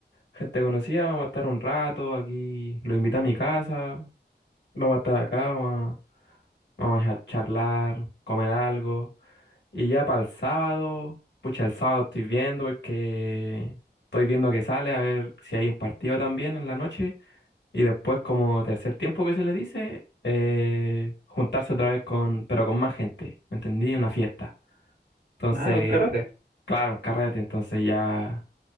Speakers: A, on the left (about 80°); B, on the right (about 65°).
A: gente conocida, vamos a estar un rato aquí, lo invito a mi casa, vamos a estar acá, vamos a, vamos a char- charlar, comer algo. Y ya para el sábado, pucha, el sábado estoy viendo porque estoy viendo que sale a ver si hay un partido también en la noche. Y después, como tercer tiempo que se le dice, eh, juntarse otra vez con, pero con más gente, ¿me entendí? Una fiesta. Entonces,
B: Ah, un carrete.
A: claro, un carrete. Entonces ya